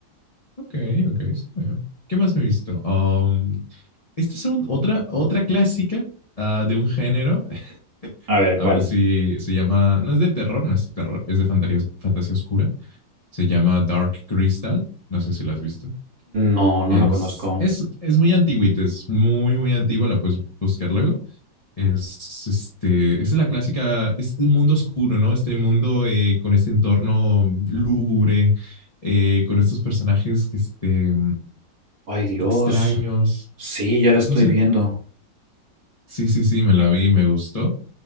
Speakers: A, on the left (about 30°); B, on the right (about 40°).
A: Ok, ok, está bien. ¿Qué más me he visto? Um, Esta es un- otra, otra clásica ah, de un género. <laughs>
B: A ver,
A: A
B: ¿cuál?
A: ver si se llama. No es de terror, no es de terror, es de fantasía, fantasía oscura. Se llama Dark Crystal. No sé si la has visto.
B: No, no
A: Es,
B: la conozco.
A: es, es muy antigüita, es muy, muy antigua. La puedes buscar luego. Es, este, esa es la clásica. Es un mundo oscuro, ¿no? Este mundo eh, con este entorno lúgubre, eh, con estos personajes que, este,
B: Ay, Dios.
A: extraños.
B: Sí, ya la estoy
A: No sé.
B: viendo.
A: Sí, sí, sí, me la vi y me gustó.